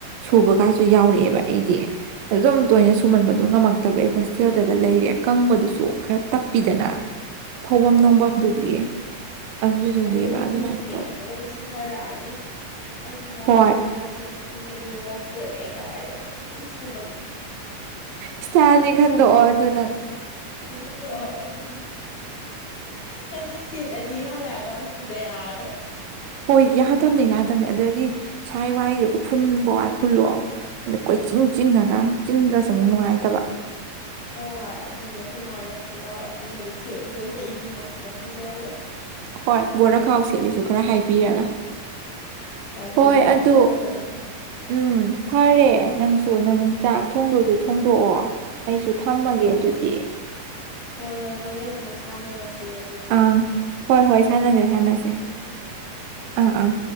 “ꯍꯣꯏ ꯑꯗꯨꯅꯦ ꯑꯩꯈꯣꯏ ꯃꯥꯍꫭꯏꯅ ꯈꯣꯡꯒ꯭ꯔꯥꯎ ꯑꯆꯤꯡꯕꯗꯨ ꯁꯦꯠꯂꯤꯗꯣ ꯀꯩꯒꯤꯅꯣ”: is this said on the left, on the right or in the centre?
Left